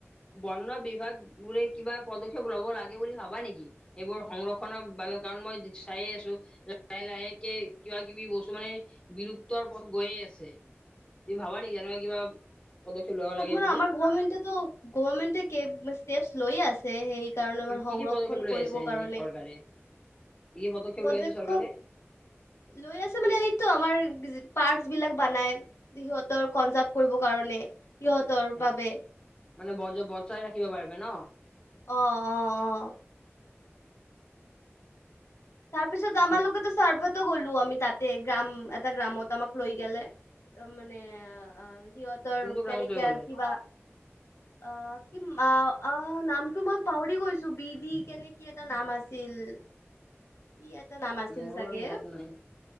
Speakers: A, on the left; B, on the left.
A: বন বিভাগ বোৰে কিবা পদক্ষেপ ল'ব লাগে বুলি ভাবা নেকি এইবোৰ সংৰক্ষনৰ বাবে? কাৰণ মই চাই আছো লাহে লাহে কে কিবা-কিবি বস্তু মানে বিলুপ্তৰ পথত গৈয়ে আছে।
B: উম'
A: তুমি ভাবা নেকি এনেকুৱা কিবা পদক্ষেপ ল'ব লাগে
B: আমাৰ
A: বুলি?
B: গমেন্টো গভমেন্টে ষ্টেপ লৈয়ে আছে। সেই- কাৰণে আমাৰ
A: কি
B: সংৰক্ষণ
A: কি পদক্ষেপ লৈ
B: কৰিবৰ
A: আছে এনে
B: কাৰণে।
A: চৰকাৰে? কি কি
B: পদক্ষেপ
A: লৈ আছে চৰকাৰে?
B: লৈ আছে মানে এইটো আমাৰ পাচ বিলাক বনাই। সিহঁতৰ কনজাৰ্ভ কৰিব কাৰণে সিহঁতৰ
A: আচ্ছা
B: বাবে।
A: মানে বজ বজাই ৰাখিব পাৰিব ন?
B: অ অ অ। তাৰপিছত আমালোকেতো
A: সেই
B: ছাৰ্ভেতো গলো আমি। তাতে গ্ৰাম এটা গ্ৰামত আমাক লৈ গেলে, মানে সিহঁতৰ
A: কোনটো গ্ৰামত
B: কেনেকে
A: লৈ গ'লে?
B: কিবা অ কি অ নামটো মই পাহৰি গৈছো বি দি কেনে কি এটা নাম আছি- ল। ই এটা নাম আছিল
A: মোৰো
B: চাগে
A: বাৰু মনত নাই।